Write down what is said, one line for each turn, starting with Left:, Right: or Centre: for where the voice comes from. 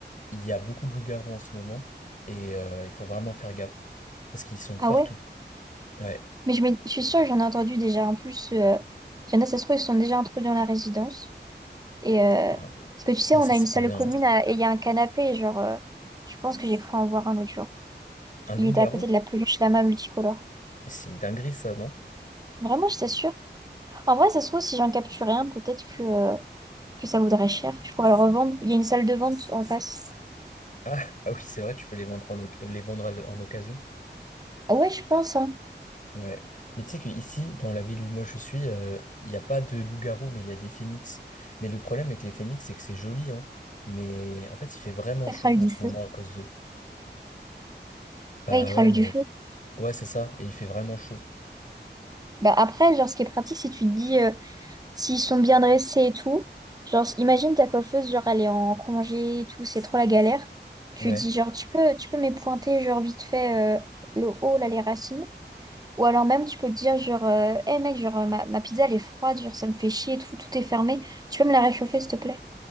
Left: il y a beaucoup de loups-garous en ce moment et euh, il faut vraiment faire gaffe parce qu'ils sont
Right: Ah
Left: partout.
Right: ouais?
Left: Ouais.
Right: Mais je, me- je suis sûre que j'en ai entendu déjà. En plus, euh, il y en a, ça se trouve, ils sont déjà introduits dans la résidence. Et euh,
Left: Ah, ouais.
Right: parce que tu sais,
Left: non,
Right: on
Left: ça
Right: a
Left: c'est
Right: une salle
Left: pas bien.
Right: commune
Left: hein.
Right: à- et il y a un canapé. genre, euh, je pense que j'ai cru en voir un l'autre jour.
Left: Un
Right: Il
Left: loup-garou?
Right: était à côté de la peluche lama multicolore.
Left: C'est une dinguerie ça, non?
Right: Vraiment, je t'assure. En vrai, ça se trouve, si j'en capturais un, peut-être que, euh, que ça vaudrait cher. Je pourrais le revendre. Il y a une salle de vente en face.
Left: Ah, <laughs> ah oui, c'est vrai, tu peux les vendre en, oc- les vendre à l- en occasion.
Right: Ah ouais, je pense, hein.
Left: Ouais. Mais tu sais qu'ici, dans la ville où moi je suis, euh, il n'y a pas de loup-garou, mais il y a des phénix. Mais le problème avec les phénix, c'est que c'est joli, hein. Mais en fait, il fait vraiment
Right: Ça
Left: chaud
Right: crache du
Left: en ce
Right: feu.
Left: moment à cause d'eux. Bah
Right: Ouais, il crache
Left: ouais, mais
Right: du feu.
Left: ouais, c'est ça. Et il fait vraiment chaud.
Right: Bah après, genre, ce qui est pratique, si tu te dis, euh, S'ils sont bien dressés et tout, genre, imagine ta coiffeuse, genre, elle est en congé et tout, c'est trop la galère. Tu
Left: Ouais.
Right: dis, genre, tu peux, tu peux m'épointer, genre, vite fait, euh, le haut, là, les racines. Ou alors même, tu peux te dire, genre, euh, Hey, mec, genre, euh, ma, ma pizza, elle est froide, genre, ça me fait chier et tout, tout est fermé. Tu peux me la réchauffer, s'il te plaît?